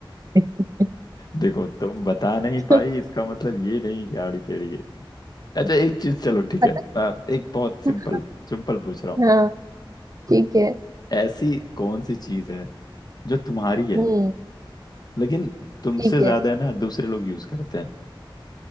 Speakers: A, on the right; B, on the left.
A: <laughs>
B: देखो तुम बता नहीं पाई
A: तो
B: इसका मतलब ये नहीं कि आड़ी टेढ़ी अच्छा एक चीज चलो ठीक
A: पता
B: है आ, एक बहुत
A: था?
B: सिंपल सिंपल पूछ रहा हूँ
A: हाँ ठीक है
B: ऐसी कौन सी चीज है जो तुम्हारी है
A: हम्म
B: लेकिन तुमसे
A: ठीक
B: ज्यादा
A: है
B: है ना दूसरे लोग यूज करते हैं